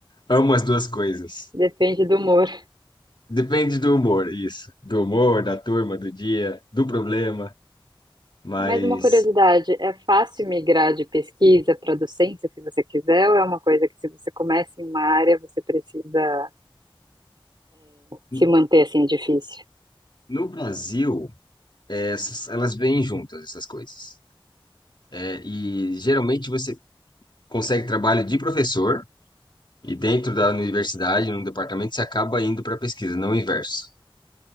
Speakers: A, on the left; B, on the right.
A: amo as duas coisas.
B: Depende do humor.
A: Depende do humor, isso. Do humor, da turma, do dia, do problema. Mas
B: Mas uma curiosidade, é fácil migrar de pesquisa para docência, se você quiser, ou é uma coisa que se você começa em uma área, você precisa
A: n-
B: se manter assim, é difícil?
A: no Brasil, essas, elas vêm juntas, essas coisas. É, e geralmente você consegue trabalho de professor e dentro da universidade, num departamento, você acaba indo para pesquisa, não o inverso.